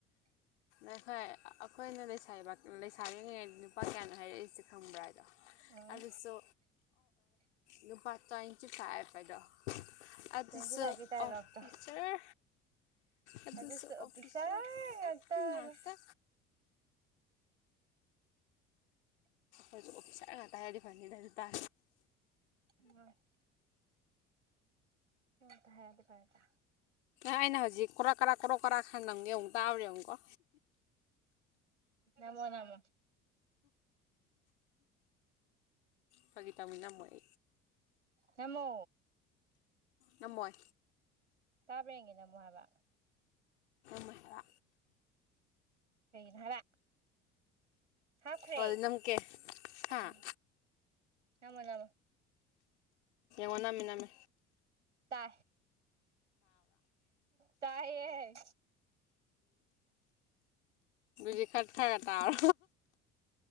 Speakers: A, on the left; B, on the right.
A: ꯣꯏ ꯑꯩꯈꯣꯏꯅ ꯂꯩꯁꯥꯕꯤꯉꯉꯩ ꯅꯨꯄꯥ ꯀꯌꯥꯅꯣ ꯍꯥꯏꯔꯛꯏꯁꯦ ꯈꯪꯕ꯭ꯔꯥ ꯍꯥꯏꯗꯣ
B: ꯎꯝ
A: ꯑꯗꯨꯁꯨ ꯂꯨꯄꯥ ꯇ꯭ꯋꯦꯟꯇꯤ ꯐꯥꯏꯕ ꯍꯥꯏꯗꯣ ꯑꯗꯨꯁꯨ
B: ꯇ꯭ꯋꯦꯟꯇꯤ ꯐꯥꯏꯚꯀꯤ ꯗꯥꯏꯂꯣꯛꯇꯣ
A: ꯑꯣꯐꯤꯁꯔ ꯑꯗꯨꯗꯁꯨ
B: ꯑꯗꯨꯁꯨ ꯑꯣꯐꯤꯁꯥꯔ
A: ꯑꯣꯐꯤꯁꯦ
B: ꯉꯥꯛꯇꯅ
A: ꯉꯇ ꯑꯩꯈꯣꯏ ꯆ ꯇꯗꯤ ꯐꯅꯤꯗ ꯑꯗꯨ ꯇꯥ
B: ꯎꯝ ꯑꯝꯇ ꯍꯥꯏꯔꯗꯤ ꯐꯔꯗ
A: ꯑꯩꯅ ꯍꯧꯖꯤꯛ ꯀꯣꯔꯣꯛ ꯀꯔꯥ ꯀꯣꯔꯣꯛ ꯀꯔꯥ ꯈꯟ ꯑꯃ ꯌꯦꯡꯉꯨꯛ ꯇꯥꯕ꯭ꯔ ꯌꯦꯡꯨꯛꯀꯣ
B: ꯅꯃꯣ ꯅꯃꯣ
A: ꯐꯒꯤ ꯇꯃꯤꯅ ꯃꯣꯏ
B: ꯅꯃꯣ
A: ꯅꯃꯣꯏ
B: ꯇꯥꯕ ꯌꯦꯒꯦꯅꯃꯨ ꯍꯥꯏꯕ
A: ꯃ ꯍ
B: ꯅꯔ ꯍꯥꯥꯎ ꯐ꯭ꯔꯦ
A: ꯍꯣꯏ ꯑꯗꯨ ꯅꯝꯀꯦ ꯍꯥ
B: ꯎꯝ ꯑꯃꯅꯥꯃ
A: ꯋꯥ ꯃꯃꯦ
B: ꯑ ꯇꯥꯏꯌꯦꯦ
A: ꯖꯤ ꯈꯠ ꯊꯥꯛ ꯑꯦꯇꯥ ꯑꯣ